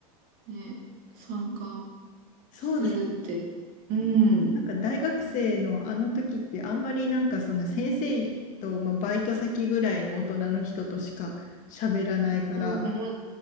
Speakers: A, on the right; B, on the left.
A: ね、参加
B: そうですね。
A: するって。うん、うん、
B: なんか大学生のあの時ってあんまりなんかその先生と、まあ、バイト先ぐらいの大人の人としか喋らないから、
A: うん、うん、